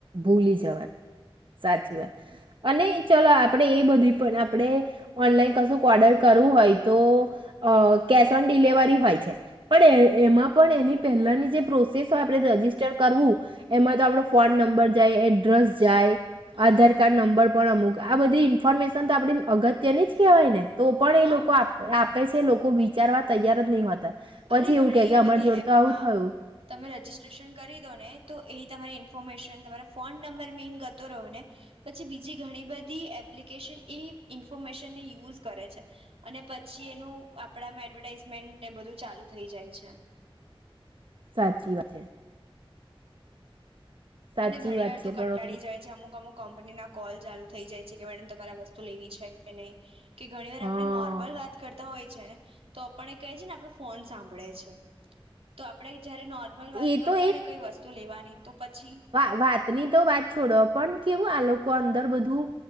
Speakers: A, on the right (about 60°); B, on the right (about 75°).
A: ભૂલી જવાન સાચી વાત, અને ચલો આપણેે એ બધી પણ આપણે, ઓનલાઈન કશું ઓર્ડર કરવું હોય તો, અહ કેશ ઓન ડિલિવરી હોય છે. પણ એ-એમાં પણ એની પહેલાની જે પ્રોસેસ હોય આપણે રજસ્ટર કરવું, એમાં તો આપળો ફોન નં બર જાય, એડ્રેસ જાય
B: હા
A: આધાર કાર્ડ નંબર પણ અમુક આ બધી ઇન્ફોર્મેશન તો આપડી અગત્યની જ કહેવાય ને તો પણ
B: હા
A: એ લોકો આપ આપ આપે છે લોકો વિચારવા તૈયાર જ નહીં હોતા. પછી
B: અરે ઘણી
A: એવું કહે કે
B: બધી
A: અમારી જોડે
B: એપમાં,
A: તો આવું થયું
B: તમે રજીિસ્ટ્રેશન કરી દો ને તો એ તમારી ઇન્ફોર્મેશન તમારા ફોન નંબર મે ઇન ગતો રહો ને, પછી બીજી ઘણી બધી એપ્લિકેશન એ ઇન્ફોર્મેશનને યુઝ કરે છે, અને પછી એનું આપણામાં, એડવર્ટાઈઝમેન્ટને બધું ચાલુ થઈ જાય છે.
A: સાચી વા છે. સાચી
B: અને ઘણી
A: વાત
B: વાર
A: છે
B: તો કંટાળી
A: પણ હવે
B: જાય છે અમુકમુક કંપનીના કોલ ચાલુ થ થઈ જાય છે કે મેડમ તમારે આ વસ્તુ લેવી છે કે નહી. કે ઘણી વાર
A: હા
B: આપડણે નોર્મલ વાત કરતા હોય છે ને, તો આપ એ ક છે ને આપ ફોન સાંભળે છે. તો આપણે જ્યારે નોર્મલ વાત
A: એ
B: કરતા
A: તો
B: હોય ને કંઈ વસ્તુ લેવાની તો પછી
A: વા-વાતની તો વાત છોડો પણ કેવું આ લોકો અંદર બધું,